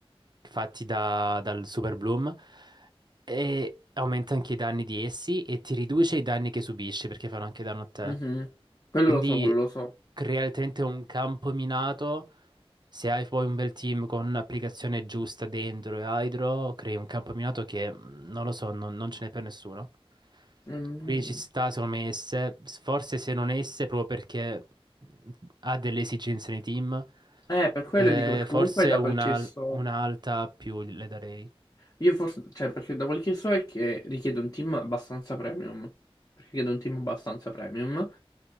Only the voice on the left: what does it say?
Mhm. Quello
lo so, quello lo so.
Mm.
Eh, per quello
dico, perché
comunque da
quel che so...
Io forse, cioè, perché da quel che so è che richiede un team abbastanza premium. Richiede un team abbastanza premium.